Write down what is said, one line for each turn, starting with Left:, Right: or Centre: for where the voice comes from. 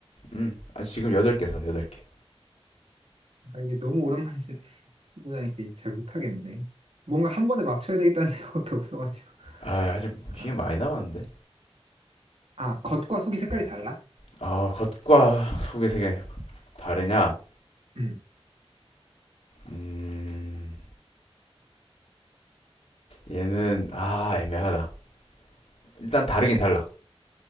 Left: 음, 아, 지금 8개 써, 8개.
Right: 아, 이게 너무 오랜만에 초보자니까 잘 못하겠네. 뭔가 한 번에 맞춰야 되겠다는 <laughs> 생각밖에 없어가지고.
Left: 아, 아직
Right: 아,
Left: 뒤에 많이 남았는데?
Right: 아, 겉과 속이 색깔이 달라?
Left: 아, 겉과 속의 세계 다르냐?
Right: 음,
Left: 음, 얘는, 아, 애매하다. 일단 다르긴 달라.